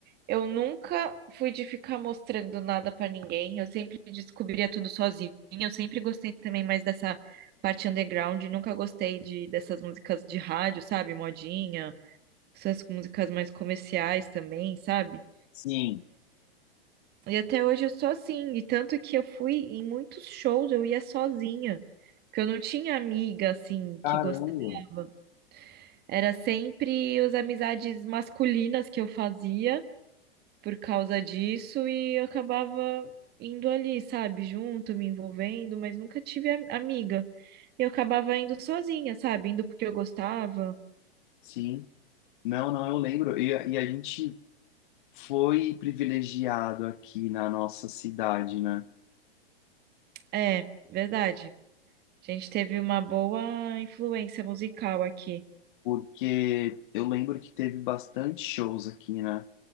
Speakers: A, on the right; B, on the left.
A: eu nunca fui de ficar mostrando nada pra ninguém. Eu sempre descobria tudo sozinha. Eu sempre gostei também mais dessa parte underground. Nunca gostei de dessas músicas de rádio, sabe? Modinha, essas músicas mais comerciais também, sabe?
B: Sim,
A: E até hoje eu sou assim. E tanto que eu fui em muitos shows, eu ia sozinha, porque eu não tinha amiga assim
B: caramba.
A: que gostava. Era sempre as amizades masculinas que eu fazia por causa disso e eu acabava indo ali, sabe, junto, me envolvendo, mas nunca tive am- amiga. Eu acabava indo sozinha, sabe, indo porque eu gostava.
B: Sim. Não, não, eu lembro. E, a- e a gente foi privilegiado aqui na nossa cidade, né?
A: É, verdade. A gente teve uma boa influência musical aqui.
B: Porque eu lembro que teve bastante shows aqui, né?